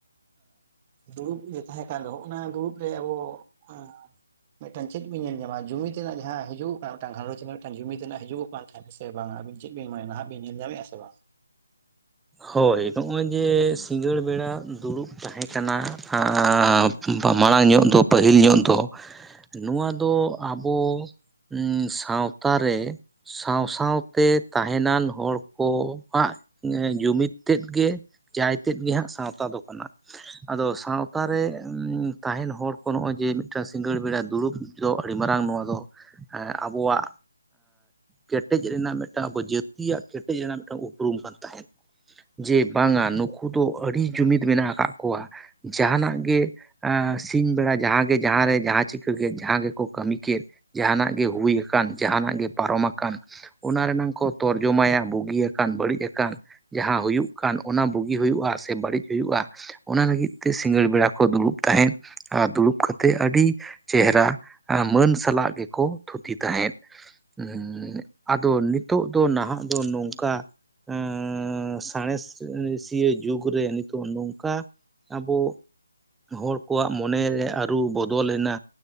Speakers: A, on the right; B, in the centre.
A: ᱫᱩᱲᱩᱵ ᱡᱮ ᱛᱟᱦᱮᱸ ᱠᱟᱱ ᱫᱚ ᱚᱱᱟ ᱫᱩᱲᱩᱵ ᱨᱮ ᱟᱵᱚ ᱟᱸᱻ ᱢᱤᱫᱴᱟᱝ ᱪᱮᱫ ᱵᱤᱱ ᱧᱮᱞ ᱧᱟᱢᱟ ᱡᱩᱢᱤᱫ ᱱᱟᱜ ᱡᱟᱦᱟᱸ ᱦᱤᱡᱩᱜ ᱠᱟᱱᱟ ᱜᱷᱟᱨᱚᱸᱡᱽ ᱨᱮᱱᱟᱜ ᱢᱤᱫᱴᱟᱝ ᱡᱩᱢᱤᱫ ᱨᱮᱱᱟᱜ ᱦᱤᱡᱩᱜᱚᱜ ᱠᱟᱱ ᱛᱟᱦᱮᱸᱱ ᱥᱮ ᱵᱟᱝ ᱟᱵᱤᱱ ᱪᱮᱫ ᱵᱤᱱ ᱢᱚᱱᱭᱟ ᱱᱟᱦᱟᱜ ᱵᱤᱱ ᱧᱮᱞ ᱧᱟᱢᱮᱫᱼᱟ ᱥᱮ ᱵᱟᱝ? <inaudible>
B: ᱦᱳᱭ ᱱᱚᱜᱼᱚᱭ ᱡᱮ ᱥᱤᱸᱜᱟᱹᱲ ᱵᱮᱲᱟ ᱫᱩᱲᱩᱵ ᱛᱟᱦᱮᱸ ᱠᱟᱱᱟ ᱟᱸᱻ ᱢᱟᱲᱟᱝ ᱧᱚᱜ ᱫᱚ ᱯᱟᱹᱦᱤᱞ ᱧᱚᱜ ᱫᱚ ᱱᱚᱣᱟ ᱫᱚ ᱟᱵᱚ ᱩᱸᱻ ᱥᱟᱶᱛᱟ ᱨᱮ ᱥᱟᱶ ᱥᱟᱶᱛᱮ ᱛᱟᱦᱮᱱᱟᱱ ᱦᱚᱲ ᱠᱚ ᱣᱟᱜ ᱡᱩᱢᱤᱫ ᱛᱮᱫ ᱜᱮ ᱡᱟᱭ ᱛᱮᱫ ᱜᱮ ᱦᱟᱸᱜ ᱥᱟᱶᱛᱟ ᱫᱚ ᱠᱟᱱᱟ᱾ ᱟᱫᱚ ᱥᱟᱶᱛᱟᱨᱮ ᱛᱟᱦᱮᱱ ᱦᱚᱲ ᱠᱚ ᱱᱚᱜᱚᱭ ᱡᱮ ᱢᱤᱫᱴᱟᱝ ᱥᱤᱸᱜᱟᱹᱲ ᱵᱮᱲᱟ ᱫᱩᱲᱩᱵ ᱫᱚ ᱟᱹᱰᱤ ᱢᱟᱨᱟᱝ ᱱᱚᱣᱟ ᱫᱚ ᱟᱵᱚᱣᱟᱜ ᱠᱮᱴᱮᱡ ᱨᱮᱱᱟᱜ ᱢᱤᱫᱴᱟᱝ ᱟᱵᱚ ᱡᱟᱹᱛᱤᱭᱟᱜ ᱠᱮᱴᱮᱡ ᱨᱮᱱᱟᱜ ᱢᱤᱫ ᱴᱟᱝ ᱩᱯᱨᱩᱢ ᱠᱟᱱ ᱛᱟᱦᱮᱫ ᱡᱮ ᱵᱟᱝᱟ ᱱᱩᱠᱩ ᱫᱚ ᱟᱹᱰᱤ ᱡᱩᱢᱤᱫ ᱢᱮᱱᱟᱜ ᱟᱠᱟᱫ ᱠᱚᱣᱟ᱾ ᱡᱟᱸᱦᱟᱱᱟᱜ ᱜᱮ ᱮ ᱥᱤᱧ ᱵᱮᱲᱟ ᱡᱟᱦᱟᱸᱜᱮ, ᱡᱟᱦᱟᱸᱨᱮ, ᱡᱟᱦᱟᱸ ᱪᱤᱠᱟᱹ ᱠᱮᱫ, ᱡᱟᱦᱟᱸ ᱜᱮᱠᱚ ᱠᱟᱹᱢᱤ ᱠᱮᱫ, ᱡᱟᱦᱟᱱᱟᱜ ᱜᱮ ᱦᱩᱭᱩ ᱟᱠᱟᱱ, ᱡᱟᱦᱟᱱᱟᱜ ᱜᱮ ᱯᱟᱨᱚᱢ ᱟᱠᱟᱱ, ᱚᱱᱟ ᱨᱮᱱᱟᱝ ᱠᱚ ᱛᱚᱨᱡᱚᱢᱟᱭᱟ ᱵᱩᱜᱤᱭᱟ ᱠᱟᱱ ᱵᱟᱹᱲᱤᱡ ᱟᱠᱟᱱ ᱡᱟᱦᱟᱸ ᱦᱩᱭᱩᱜ ᱠᱟᱱ, ᱚᱱᱟ ᱵᱩᱜᱤ ᱦᱩᱭᱩᱜᱼᱟ ᱥᱮ ᱵᱟᱹᱲᱤᱡ ᱦᱩᱭᱩᱜᱼᱟ, ᱚᱱᱟ ᱞᱟᱹᱜᱤᱫ ᱛᱮ ᱥᱤᱸᱜᱟᱹᱲ ᱵᱮᱲᱟ ᱠᱚ ᱫᱩᱲᱩᱵ ᱛᱟᱦᱮᱸᱫ᱾ ᱟᱨ ᱫᱩᱲᱩᱵ ᱠᱟᱛᱮᱫ ᱟᱹᱰᱤ ᱪᱮᱦᱨᱟ ᱢᱟᱹᱱ ᱥᱟᱞᱟᱜ ᱜᱮᱠᱚ ᱛᱷᱩᱛᱤ ᱛᱟᱦᱮᱸᱫ᱾ <unintelligible> ᱟᱫᱚ ᱱᱤᱛᱚᱜ ᱫᱚ, ᱱᱟᱦᱟᱜ ᱫᱚ ᱱᱚᱝᱠᱟᱼᱼ <unintelligible> ᱥᱟᱬᱮᱥᱮᱥᱤᱭᱟᱹ ᱡᱩᱜᱽᱨᱮ ᱱᱤᱛᱚᱜ ᱱᱚᱝᱠᱟ ᱟᱵᱚ ᱦᱚᱲ ᱠᱚᱣᱟᱜ ᱢᱚᱱᱮᱨᱮ ᱟᱹᱨᱩ ᱵᱚᱫᱚᱞᱮᱱᱟ,